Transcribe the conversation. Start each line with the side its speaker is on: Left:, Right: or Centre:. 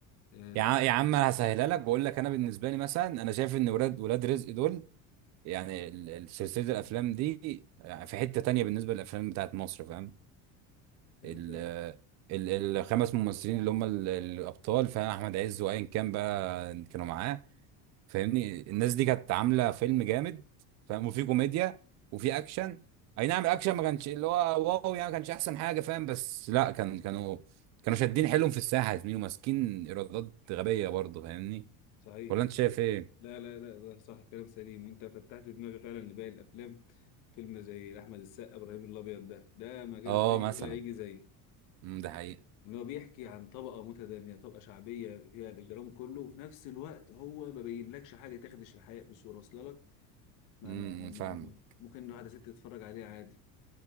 Left: آه، تعرف
Right: يا ع- يا عم انا هسهلها لك واقول لك انا بالنسبه لي مثلا انا شايف ان ولاد ولاد رزق دول يعني ال- ال- سلسله الافلام دي يعني في حته تانية بالنسبه للافلام بتاعت مصر فاهم
Left: كلام
Right: ال
Left: سليم
Right: ال- الخمس ممثلين اللي هم ال- الابطال فاهم احمد عز وايا كان بقى كانوا معاه فاهمني الناس دي كانت عامله فيلم جامد فاهم وفي كوميديا وفي اكشن اي نعم الاكشن ما كانش اللي هو واو يعني ما كانش احسن حاجه فاهم بس لا كان كانوا كانوا شادين حيلهم في الساحه يا زميلي وماسكين ايرادات غبيه برضه فاهمني
Left: صحيح
Right: ولا انت شايف ايه
Left: لا لا لا لا صح كلام سليم وانت فتحت دماغي فعلا لباقي الافلام فيلم زي احمد السقا ابراهيم الابيض ده ده ما جاش
Right: اه
Left: ليه
Right: مثلا
Left: ولا هيجي زيه
Right: امم ده حقيقه
Left: ان هو بيحكي عن طبقه متدنيه طبقه شعبيه فيها الاجرام كله وفي نفس الوقت هو ما بينلكش حاجه تخدش الحياه بصوره واصله لك ما
Right: امم
Left: ما ما
Right: فاهم
Left: ما ما- ممكن واحده ست تتفرج عليه عادي